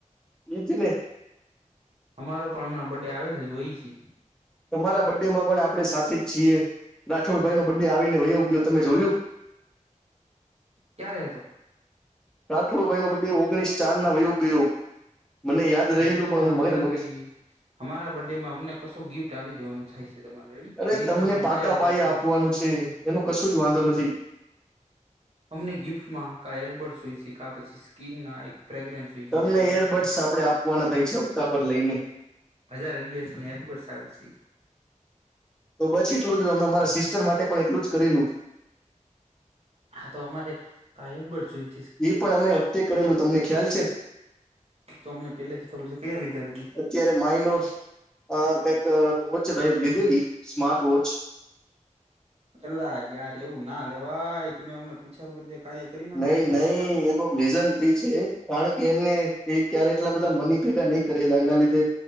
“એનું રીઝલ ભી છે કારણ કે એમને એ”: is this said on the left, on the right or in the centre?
Centre